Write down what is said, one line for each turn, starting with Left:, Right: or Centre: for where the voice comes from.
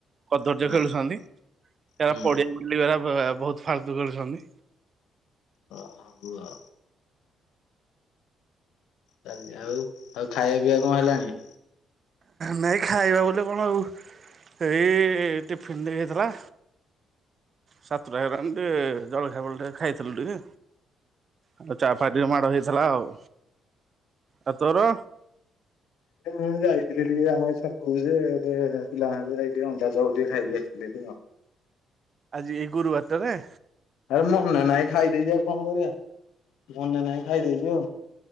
Right: କଦର୍ଯ୍ୟ
Left: ହୁଁ
Right: ଖେଳୁଛନ୍ତି ତାର
Left: ହୁଁ
Right: ପଡିଆ ମିଳିବାର ବା ବହୁତ ଫାଲତୁ ଖେଳୁଛନ୍ତି।
Left: ଅ ହ ହଉ ଆଉ। ଚାଲିଜି ଆଉ ଆଉ ଖାଇବା ପିଇବା କଣ ହେଲାଣି?
Right: ନାଇଁ ଖାଇବା ବୋଲେ କଣ ଆଉ। ସେଇ ଟିଫିିନ ଟିକେ ହେଇଥିଲା। ସାତଟା ହେଲାନି ଟିକେ ଜଳଖିଆ ଫଳଖିଆ ବେଳଟେ ଖାଇଥିଲୁ ଟିକେ। ଆଉ ଚା ଫା ଟିକେ ମାଡ ହେଇଥିଲା ଆଉ ଆଉ ତୋର?
Left: ଏ ଯାଇଥିଲି ଟିକେ ଆମ ଏଇ ଛକ କୁ ଯେ ଟିକେ ପିଲାଙ୍କ ସହ ଯାଇକି ଟିକେ ଅଣ୍ଡା ଚୋପ୍ ଟିକେ ଖାଇକି ଆସିଥିଲି ଟିକେ ଆଉ।
Right: ଆଜି ଏଇ ଗୁରୁବାରଟାରେ।
Left: ଆରେ ମନେ ନାହିଁ ଖାଇଦେଇଛି ଆଉ କଣ କରିବା ମନେ ନାହିଁ ଖାଇଦେଇଛି ଆଉ।